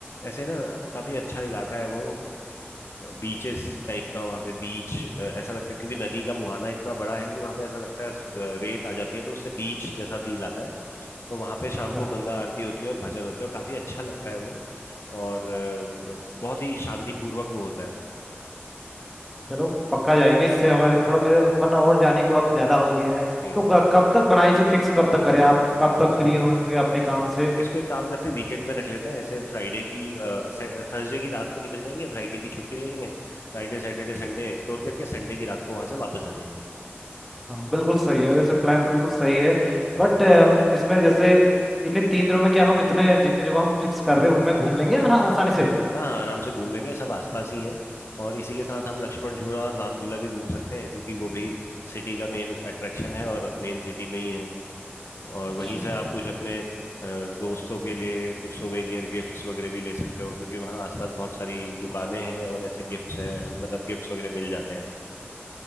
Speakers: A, on the left; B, in the centre.
A: ऐसे ना काफी अच्छा इलाका है वो बीचेस टाइप का वहां पे बीच ऐसा लगता है क्योंकि नदी का मुहाना इतना बड़ा है कि वहां पे ऐसा लगता है अ, रेत आ जाती है तो उससे बीच जैसा फील आता है तो वहां पे शाम
B: क्या
A: को गंगा आरती होती है और भजन होता है काफी अच्छा लगता है वो और अ, बहुत ही शांतिपूर्वक वो होता है
B: चलो पक्का जाएंगे इससे हमारे थोड़ा मेरे मन और जाने को अब ज्यादा हो गया है
A: हम्म
B: तो क- कब तक बनाई से फिक्स कब तक करें आप कब तक फ्री होंगे अपने काम से
A: इसको एक काम करते हैं वीकेंड में रख लेते हैं ऐसे फ्राइडे की थर्सडे की रात को निकल जाएंगे फ्राइडे की छुट्टी ले लेंगे फ्राइडे सैटरडे संडे एक्सप्लोर करके संडे की रात को वहां से वापस आ जाएंगे
B: हाँ बिल्कुल सही है वैसे प्लान तो बिल्कुल सही है
A: हाँ
B: बट इसमें जैसे इन्हीं तीन दिनों में क्या हम इतने जितने जगह हम फिक्स कर रहे हैं उनमें घूम लेंगे हाँ आसानी से
A: हाँ हाँ आराम से घूम लेंगे सब आसपास ही हैं और इसी के साथ हम लक्ष्मण झूला और राम झूला भी घूम सकते हैं क्योंकि वो भी सिटी का मेन अट्रैक्शन है और मेन सिटी में ही है और
B: अच्छा
A: वहीं से आप कुछ अपने अ, दोस्तों के लिए कुछ सोवेनियर गिफ्ट्स वगैरह भी ले सकते हो क्योंकि वहाँ आसपास बहुत सारी दुकानें हैं और ऐसे गिफ्ट्स हैं मतलब गिफ्ट्स वगैरह मिल जाते हैं